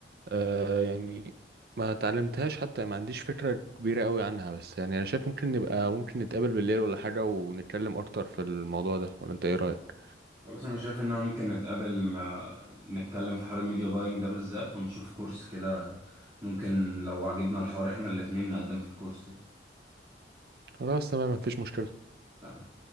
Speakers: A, on the right; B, on the right.
A: آه يعني ما تعلمتهاش حتى ما عنديش فكرة كبيرة قوي عنها بس يعني انا شايف ممكن نبقى ممكن نتقابل بالليل ولا حاجة ونتكلم اكتر في الموضوع ده ولا انت ايه رأيك
B: خلاص انا شايف انها ممكن نتقابل آه، نتكلم في حوار الميديا باينج ده بالذات ونشوف كورس كده ممكن لو عجبنا الحوار احنا الاتنين نقدم في الكورس ده
A: خلاص تمام مفيش مشكلة
B: تمام